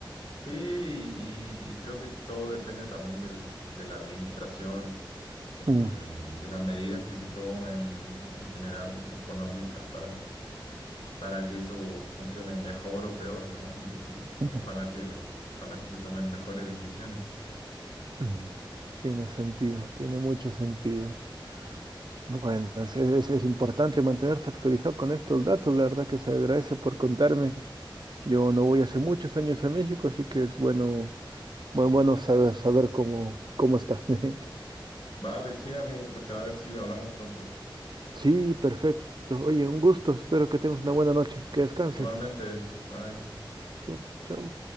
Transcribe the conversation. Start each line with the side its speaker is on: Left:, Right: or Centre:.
Left: sí, y, y creo que todo depende también del- de la administración, este,
Right: Mm,
Left: de las medidas que se tomen en general económicas para, para que eso funcione mejor o peor, ¿no? Y, y
Right: ujú,
Left: ojalá que, ojalá que se tomen mejores decisiones.
Right: mm. Tiene sentido, tiene mucho sentido. Bueno, es, es- es importante mantenerse actualizado con estos datos, la verdad que se agradece por contarme. Yo no voy hace muchos años a México, así que es bueno, bueno, bueno saber, saber cómo, cómo está. <laughs>
Left: Vale, sí, amigo, pues a ver si hablamos pronto.
Right: Sí, perfecto. Oye, un gusto. Espero que tengas una buena noche. Que descanses.
Left: Igualmente, bye.
Right: Suerte. Chau.